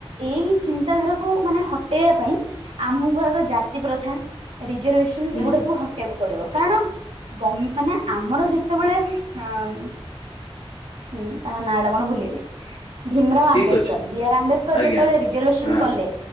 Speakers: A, on the right (about 80°); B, on the left (about 80°).
A: ଏଇ ଚିନ୍ତାଧାରାକୁ ମାନେ ହଟେଇବା ପାଇଁ ଆମକୁ ଆଗ ଜାତି ପ୍ରଥା ରିଜର୍ଭେସନ
B: ହୁଁ
A: ଏଗୁଡା
B: ହୁଁ
A: ସବୁ ହଟେଇବାକୁ ପଡିବ କାରଣ ମାନେ ଗ ଆମର ଯେ ସେତେବେଳେ ଅ ଉଁ ତାଙ୍କ ନାଟା କଣ ଭୁଲିଗଲି। ଭୀମରାଓ ଆମ୍ବେଦକର
B: ଠିକ ଅଛି
A: ବି ଆର୍ ଆମ୍ବେଦକର
B: ଆଜ୍ଞା
A: ଯେତେବେଳେ ରିଜର୍ଭେସନ
B: ହଁ
A: କଲେ।